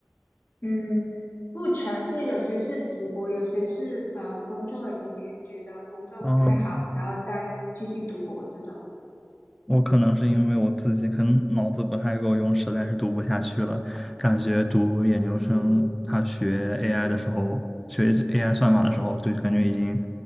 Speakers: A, on the left (about 45°); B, in the centre.
A: 嗯，不全是，有些是直播，有些是呃工作了几年，觉得工作不太好，
B: 嗯，
A: 然后再继续读博这种。
B: 我可能是因为我自己可能脑子不太够用，实在是读不下去了。感觉读研究生，
A: 嗯。
B: 他学 AI 的时候，学 AI 算法的时候，就感觉已经